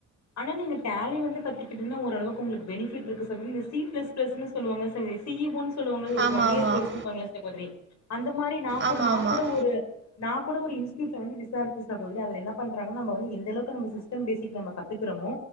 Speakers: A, on the left; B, on the right.
A: ஆனா நீங்க டேலி வந்து கத்திக்கிட்டுன்னா ஓரளவுக்கு உங்களுக் பெனிபிட் இருக்கு சி பிளஸ் பிளஸ்சு சொல்வாங்க சங் தீவுன் சொல்லுவங்கள ஒரு
B: ஆமாம்
A: ஒன் இயர்
B: ஆமாம்
A: கோர்ஸ்சுனு சொல்லுவாங்ளே சகோதரி அந்த மாரி நா கூ
B: ஆமாம்
A: நா
B: ஆமாம்
A: கூட ஒரு நான் கூட ஒரு இன் ஸ்ட்யூட்ல வந்து விசாரிச்ச சகோதரி அதுல என்ன பண்றாங்க நம்ம வந்து எந்தளவு நம்ம சிஸ்டம் பேசிக் நம்ம கத்துக்றோமோ